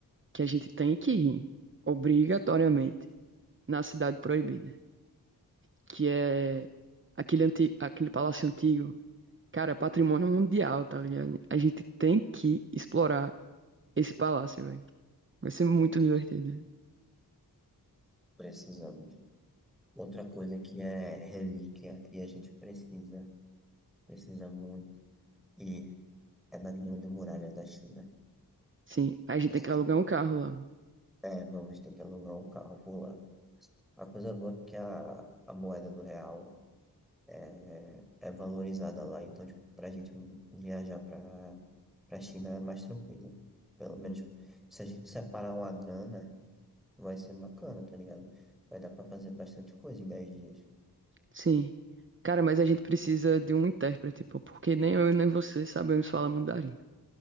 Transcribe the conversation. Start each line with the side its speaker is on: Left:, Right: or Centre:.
Right: que a gente tem que ir, obrigatoriamente, na Cidade Proibida, que é aquele, anti... aquele palácio antigo. Cara, é patrimônio mundial, tá ligado? A gente tem que explorar esse palácio, velho. Vai ser muito
Centre: Temos,
Right: divertido.
Centre: precisamos. Outra coisa que é relíquia e a gente precisa, precisa muito, e é na Grande Muralha da China.
Right: Sim, a gente
Centre: Precisamos
Right: tem que alugar um carro lá.
Centre: É, vamos ter que alugar um carro por lá. A coisa boa é porque a, a moeda do real é, é valorizada lá, então, tipo, pra gente viajar pra, pra China é mais tranquilo. Pelo menos se a gente separar uma grana, vai ser bacana, tá ligado? Vai dar pra fazer bastante coisa em 10 dias.
Right: Sim. Cara, mas a gente precisa de um intérprete, pô, porque nem eu nem você sabemos falar mandarim.